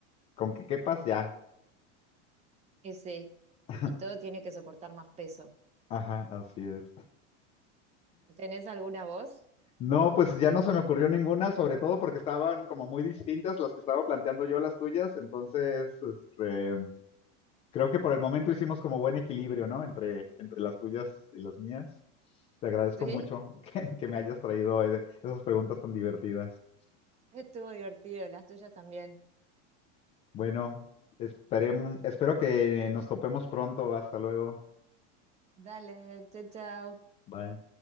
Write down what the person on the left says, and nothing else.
con que quepas ya.
<laughs>
Ajá, así es.
No, pues ya no se me ocurrió ninguna, sobre todo porque estaban como muy distintas las que estaba planteando yo a las tuyas, entonces este, creo que por el momento hicimos como buen equilibrio, ¿no? Entre, entre las tuyas y las mías. Te agradezco
mucho <laughs> que, que me hayas traído eh, esas preguntas tan divertidas.
Bueno, esperem- espero que nos topemos pronto. Hasta luego.
Bye.